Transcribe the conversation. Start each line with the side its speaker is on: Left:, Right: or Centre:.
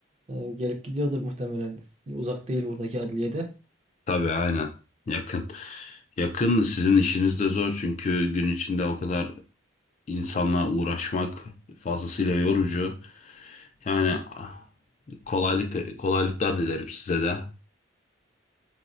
Right: e, gelip gidiyordur muhtemelen. Uzak değil buradaki adliyede.
Left: Tabii aynen. Yakın. Yakın sizin işiniz de zor çünkü gün içinde o kadar insanla uğraşmak fazlasıyla yorucu. Yani kolaylık kolaylıklar dilerim size de.